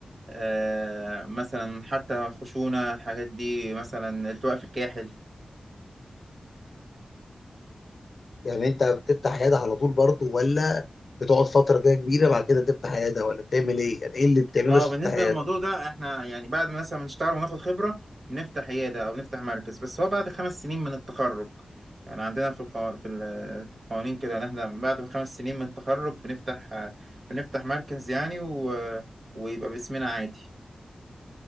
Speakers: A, on the right; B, on the left.
A: آه، مثلا حتى خشونة الحاجات دي مثلا التواء في الكاحل
B: يعني انت بتفتح عياده على طول برضه ولا بتقعد فتره كده كبيره بعد كده تفتح عياده ولا بتعمل ايه يعني ايه اللي بتعمله
A: اه
B: عشان
A: بالنسبه
B: تفتح عياده
A: للموضوع ده احنا يعني بعد ما مثلا نشتغل وناخد خبره بنفتح عياده او نفتح مركز بس هو بعد خمس سنين من التخرج يعني عندنا في القو... في ال- في القوانين كده ان احنا بعد خمس سنين من التخرج بنفتح آه، بنفتح مركز يعني و... ويبقى باسمنا عادي